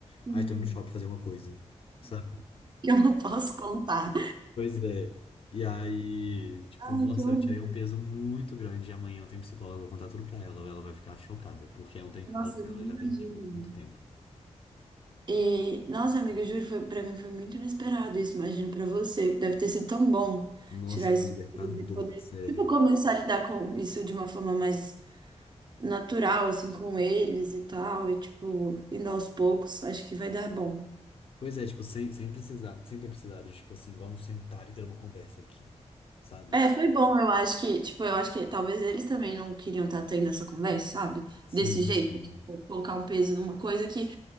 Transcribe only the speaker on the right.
Hum.
Eu não posso contar.
Ai,
que horror.
Nossa,
eu nem
imagino.
E, nossa, amiga, eu juro, foi, pra mim foi muito inesperado isso. Imagino pra você. Deve ter sido tão bom
tirar isso
e poder,
tipo, começar a lidar com isso de uma forma mais natural, assim, com eles e tal. E, tipo, indo aos poucos, acho que vai dar bom.
É,
foi bom, eu acho que, tipo, eu acho que talvez eles também não queriam estar tendo essa conversa, sabe?
Desse jeito,
tipo, colocar um peso numa coisa que,